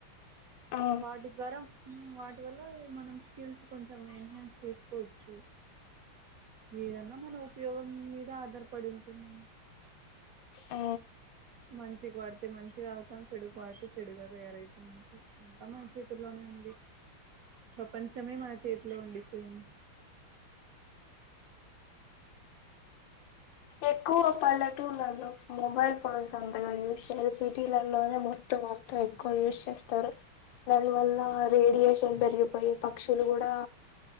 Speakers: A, on the left; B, on the right.
A: ఆ
B: వాటి గరం వా ఇటివల్ల మనం స్కిల్స్ కొంచెం మెంటానేన్స్ చేసుకోవచ్చు ఏదన్నా మన ఉపయోగం మీద ఆధారపడి ఉంటుందండి
A: ఆ
B: మంచిగాడు తే మంచిగా అవుతాం చెడు పాడితే చెడుగా తయారైత్ ఊహ్మ్ అ తమ చేతుల్లోనే ఉంది ప్రపంచమే మన చేతిలో ఉండిపోయింది
A: ఎక్కువ పల్లెటూలలో మొబైల్ ఫోన్స్ అంతగా యూజ్ చేయారు సిటీలలోనే మొత్తం మొత్తం ఎక్కువ యూజ్ చేస్తారు దాని వల్ల రేడియేషన్ పెరిగిపోయి పక్షులు గూడా